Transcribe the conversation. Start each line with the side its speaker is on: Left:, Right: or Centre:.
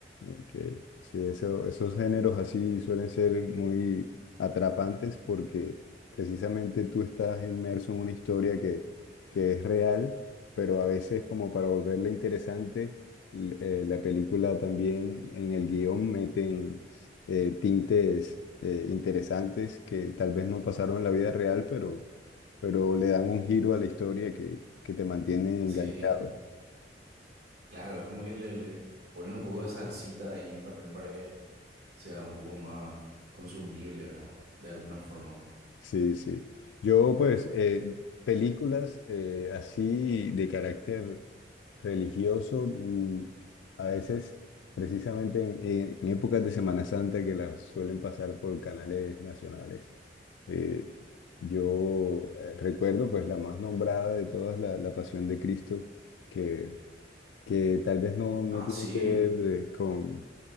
Left: Ok, sí, eso- esos géneros así suelen ser muy atrapantes porque precisamente tú estás inmerso en una historia que, que es real, pero a veces como para volverla interesante, l- eh, la película también en el guión meten eh, tintes eh, interesantes que tal vez no pasaron en la vida real, pero, pero le dan un giro a la historia que, que te mantiene enganchado.
Right: Sí, claro, es como que le, le ponen un poco de salsita ahí también para que... sea un poco más consumible, ¿verdad? De alguna forma.
Left: Sí, sí. Yo, pues, eh, películas eh, así de carácter religioso, mm, a veces, precisamente en, en- en épocas de Semana Santa que las suelen pasar por canales nacionales. eh, yo eh, recuerdo, pues, la más nombrada de todas, la, la Pasión de Cristo, que, que tal vez no, no
Right: Ah,
Left: tiene
Right: sí,
Left: que ver eh, con